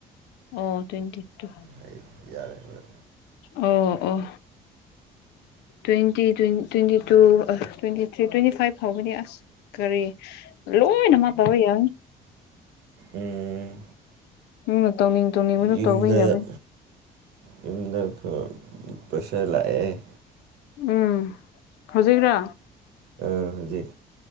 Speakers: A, on the left; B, on the right.
A: ꯑꯣ ꯇ꯭ꯋꯦꯟꯇꯤ ꯇꯨ
B: ꯑꯩ ꯏꯌꯥꯔꯕꯣꯏ
A: ꯑꯣ ꯑꯣ ꯇ꯭ꯋꯦꯟꯇꯤ ꯇ꯭ꯋꯦ ꯇ꯭ꯋꯦꯟꯇꯤ ꯇꯨ ꯑ ꯇ꯭ꯋꯦꯟꯇꯤ ꯊ꯭ꯔꯤ ꯇ꯭ꯋꯦꯟꯇꯤ ꯐꯥꯏꯚ ꯐꯥꯎꯕꯅꯦ ꯑꯁ ꯀꯔꯤ ꯂꯣꯢꯅꯃꯛ ꯇꯧꯕ ꯌꯥꯢ
B: ꯎꯝ
A: ꯅꯪꯅ ꯇꯧꯅꯤꯡ ꯇꯧꯅꯤꯡꯕꯗꯨ
B: ꯌꯨꯝꯗ
A: ꯇꯧꯕ ꯌꯥꯕꯩ
B: ꯌꯨꯝꯗ <unintelligible> ꯄ꯭ꯔꯦꯁꯔ ꯂꯥꯛꯑꯦ
A: ꯎꯝ ꯍꯧꯖꯤꯛꯔꯥ
B: ꯍꯣꯢ ꯍꯧꯖꯤꯛ